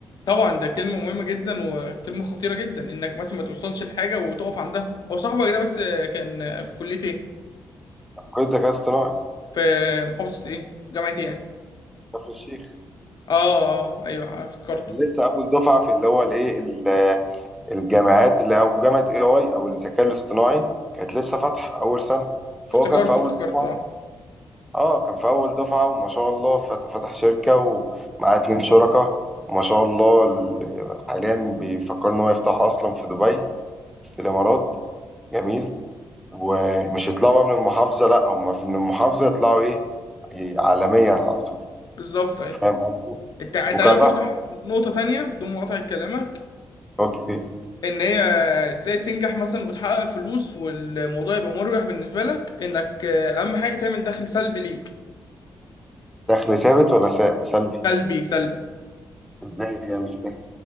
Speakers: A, on the left; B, in the centre.
A: طبعا ده كلمة مهمة جدا وكلمة خطيرة جدا انك مثلا ما توصلش لحاجة وتقف عندها هو صاحبك ده بس كان في كلية ايه
B: كل ذكاء اصطناعي
A: في محافظة ايه جامعة ايه يعني
B: كفر الشيخ
A: اه اه آه، ايوه افتكرته
B: لسه اول دفعه في اللي هو الايه ال- الجامعات اللي او جامعه اي اي او الذكاء الاصطناعي كانت لسه فاتحه اول سنه فهو
A: افتكرته
B: كان في اول
A: افتكرته
B: دفعه
A: اه
B: اه كان في اول دفعه وما شاء الله فت- فتح شركه ومعاه اتنين شركاء وما شاء الله ال- حاليا بيفكر ان هو يفتح اصلا في دبي في الامارات جميل ومش يطلعوا بقى من المحافظه لا هم في- من المحافظه يطلعوا ايه إيه، عالميا على طول
A: بالظبط ايوه
B: فاهم قصدي
A: انت انت
B: وكان
A: عارف
B: راح
A: برضه ح- نقطة تانية بدون مقاطعة كلامك
B: نقطة ايه
A: ان هي ازاي تنجح مثلا وتحقق فلوس والموضوع يبقى مربح بالنسبة لك انك آه، اهم حاجة تعمل دخل سلبي ليك
B: دخل ثابت ولا سا- سلبي
A: سلبي سلبي
B: ازاي يعني مش فاهم